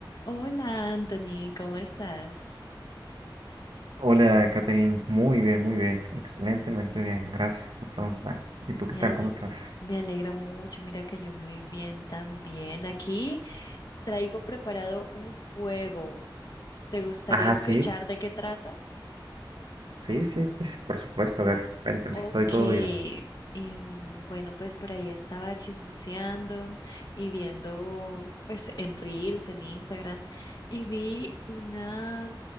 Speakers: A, on the left (about 55°); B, on the right (about 75°).
A: Hola Anthony, ¿cómo estás?
B: Hola, Catherine. Muy bien, muy bien. Excelentemente bien. Gracias por preguntar. ¿Y tú
A: Me,
B: qué tal?
A: al-
B: ¿Cómo estás?
A: me alegra mucho, mira que yo muy bien también. Aquí traigo preparado un juego. ¿Te gustaría
B: Ah,
A: escuchar
B: sí,
A: de qué trata?
B: sí, sí, sí. Por supuesto. A ver, cuéntame.
A: Ok,
B: Soy todo oídos.
A: em, bueno, pues por ahí estaba chismoseando y viendo pues en Reels, en Instagram, y vi una